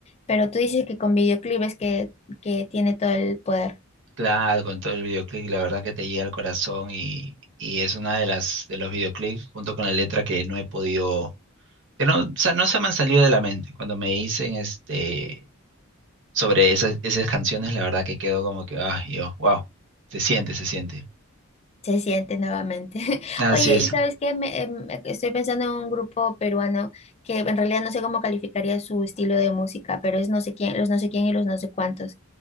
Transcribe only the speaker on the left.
Pero tú dices que con videoclip es que, que tiene todo el poder.
Se siente nuevamente. <laughs>
Oye,
¿y sabes qué? Me- em, estoy pensando en un grupo peruano que en realidad no sé cómo calificaría su estilo de música, pero es no sé quién, los no sé quién y los no sé cuántos.